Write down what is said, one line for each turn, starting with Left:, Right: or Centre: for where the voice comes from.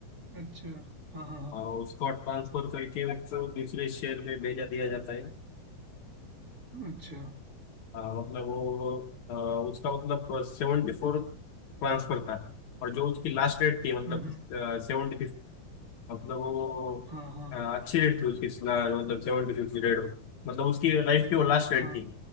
Right: अच्छा हाँ हाँ हाँ
Left: अ, उसको ट्रांसफर करके उसको दूसरे शहर में भेजा दिया जाता है
Right: अच्छा
Left: हाँ मतलब वो अ, उसका मतलब सेवेंटी फोर ट्रांसफर था और जो उसकी
Right: हम्म
Left: लास्ट रेट थी मतलब
Right: हम्म हम्म,
Left: सेवेंटी फिफ्थ मतलब वो
Right: हाँ हाँ
Left: अ, अच्छी रेट थी उसकी ला- मतलब सेवेंटी फिफ्थ रेट मतलब उसकी लाइफ की वो
Right: हाँ
Left: लास्ट रेट
Right: हाँ
Left: थी